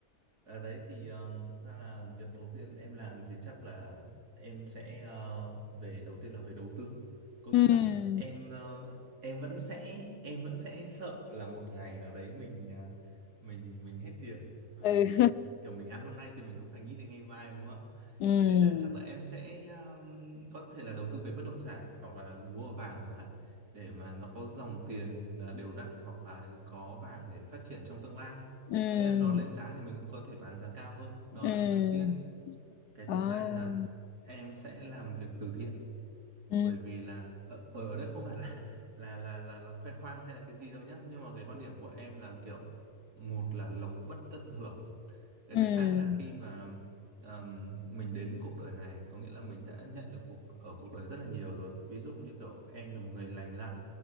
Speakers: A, on the right (about 90°); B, on the left (about 85°).
A: À, đấy thì um, thực ra là việc đầu tiên em làm thì chắc là em sẽ ờ, về đầu tiên là về đầu tư có nghĩa
B: Ừm,
A: là em ờ, em vẫn sẽ em vẫn sẽ sợ là một ngày nào đấy mình ờ, mình mình hết tiền bởi
B: ừ
A: vì là
B: <laughs>
A: <laughs> kiểu mình ăn hôm nay thì mình cũng phải nghĩ đến ngày mai đúng không?
B: Ừm,
A: Thế nên là chắc là em sẽ um, có thể là đầu tư về bất động sản hoặc là mua vàng chẳng hạn để mà nó có dòng tiền ờ, đều đặn hoặc là có vàng để phát triển trong tương lai
B: ừm,
A: có nghĩa là nó lên giá thì mình cũng có thể bán giá cao hơn. Đó
B: ừm.
A: là cái đầu tiên. Cái
B: Ồ.
A: thứ hai là em sẽ làm việc từ thiện
B: ừ
A: bởi vì là ở ở ở đây không phải là <laughs> là là là là khoe khoang hay là cái gì đâu nhá, nhưng mà cái quan điểm của em là kiểu một là lộc bất tận hưởng cái
B: ừ
A: thứ hai là khi mà ờm, mình đến với cuộc đời này có nghĩa là mình đã nhận được cuộc ở cuộc đời rất là nhiều rồi ví dụ như kiểu em là một người lành lặn